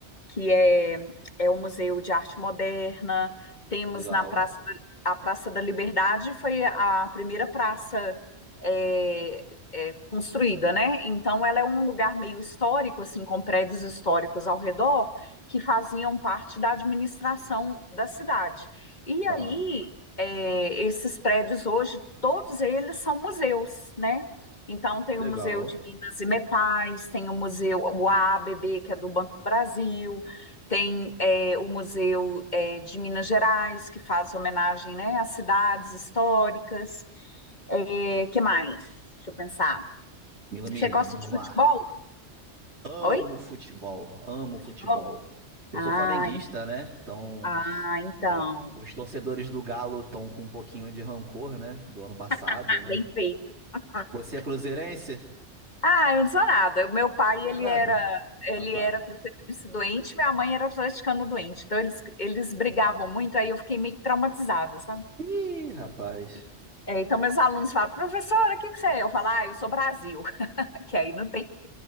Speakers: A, on the left; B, on the right.
A: que é, é o Museu de Arte Moderna. Temos
B: Legal.
A: na Praça da, a Praça da Liberdade, foi a primeira praça é, é, construída, né? Então, ela é um lugar meio histórico, assim, com prédios históricos ao redor, que faziam parte da administração da cidade. E
B: Aham.
A: aí, é, esses prédios hoje, todos eles são museus, né? Então, tem
B: Legal.
A: o Museu de Minas e Metais, tem o Museu, o a b b que é do Banco do Brasil, tem é, o Museu é, de Minas Gerais, que faz homenagem né, às cidades históricas. É, que mais? Deixa eu pensar.
B: Milamine,
A: Você gosta
B: vamos
A: de futebol?
B: lá. Amo
A: Oi?
B: futebol. Amo futebol.
A: Futebol?
B: Eu
A: Ah,
B: sou flamenguista,
A: en-
B: né? Então.
A: ah, então.
B: É, os torcedores do Galo estão com um pouquinho de rancor, né? Do ano passado,
A: Ah,
B: né?
A: bem feito. <laughs>
B: Você é cruzeirense?
A: Ah, eu não sou nada. O meu pai,
B: Não
A: ele
B: é nada?
A: era, ele
B: Ah, tá.
A: era cruzeirense doente, minha mãe era atleticana doente. Então, eles, eles brigavam muito, aí eu fiquei meio que traumatizada, sabe?
B: Ih, rapaz.
A: E- é, então, meus alunos falam, professora, o que que você é? Eu falo, ah, eu sou Brasil, <laughs> que aí não tem